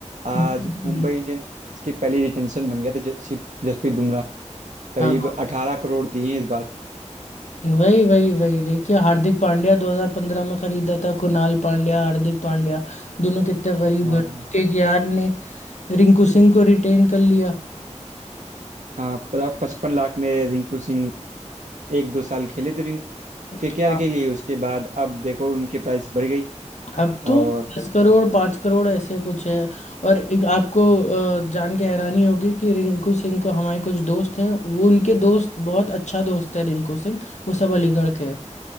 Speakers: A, on the right (about 80°); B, on the left (about 70°).
A: आज
B: जी जी
A: मुंबई
B: जी।
A: इंडियंस की पहली रिटेंशन बन गया था जस- जसप्रीत बुमराह करीब
B: हाँ
A: 18 करोड़ दिए हैं इस बार
B: वही वही वही देखिए हार्दिक पांड्या 2015 में खरीदा था कुणाल पांड्या हार्दिक पांड्या दोनों कितने गरीब
A: हाँ
B: घर के यार ने रिंकू सिंह को रिटेन कर लिया
A: हाँ बताओ पचपन लाख में रिंकू सिंह एक दो साल खेले थे रिंकू केकेआर
B: हाँ।
A: के लिए उसके बाद अब देखो उनकी प्राइस बढ़ गई
B: अब तो
A: और
B: दस करोड़ पाँच करोड़ ऐसे कुछ है और एक आपको अ, जान के हैरानी होगी कि रिंकू सिंह को हमारे कुछ दोस्त हैं वो उनके दोस्त बहुत अच्छा दोस्त है रिंकू सिंह वो सब अलीगढ़ के हैं